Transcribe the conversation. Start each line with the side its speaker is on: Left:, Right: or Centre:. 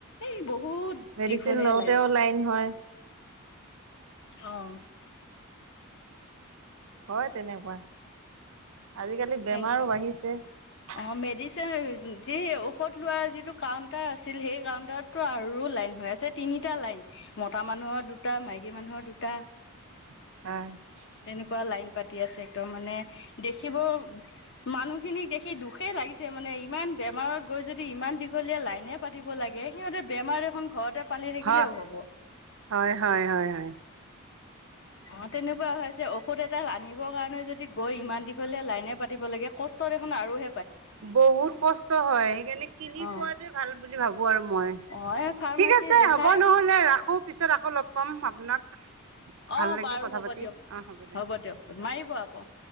Left: এই বহুত বহুত
Right: মেডিচিন
Left: দীঘলীয়া
Right: লওঁতেও
Left: লাইন
Right: হয়,
Left: অঁ
Right: হয় তেনেকুৱা আজিকালি বেমাৰো
Left: সেইটো
Right: বাঢ়িছে
Left: অ মেডিচিন যি ঔষধ লোৱা যিটো কাউন্টাৰ আছিল সেই কাউন্টাৰতটো আৰু লাইন হৈ আছে তিনিটা লাইন মতা মানুহৰ দুটা মাইকী মানুহৰ দুটা
Right: ত
Left: এনেকুৱা লাইন পাতি আছে তম মানে দেখিব মানুহখিনিক দেখি দুখে লাগিছে মানে ইমান বেয়া বেমাৰত গৈ যদি ইমান দীঘলীয়া লাইনে পাতিব লাগে সিহঁতে বেমাৰ এখন ঘৰতে পালি থাকিলেও
Right: হয়,
Left: হব
Right: হয়, হয়, হয়, হয়।
Left: উম অ তেনেকুৱা হৈছে ঔষধ এডাল আনিব কাৰণে যদি গৈ ইমান দীঘলীযা লাইনে পাতিব লাগে কষ্ট দেখোন আৰু
Right: বহুত কষ্ট হয় সেইকাৰণে কিনি
Left: অ
Right: খোৱাতে ভাল বুলি ভাবো আৰু মই
Left: অ এই ফাৰ্মাচী
Right: ঠিক আছে
Left: দেখাই
Right: হ'ব নহলে ৰাখো পিছত আকৌ লগ পাম আপোনাক
Left: অ
Right: ভাল লাগিল
Left: বাৰু
Right: কথা
Left: হ'ব
Right: পাতি
Left: দিয়ক
Right: অ', দে।
Left: হ'ব দিয়ক মাৰিব আকৌ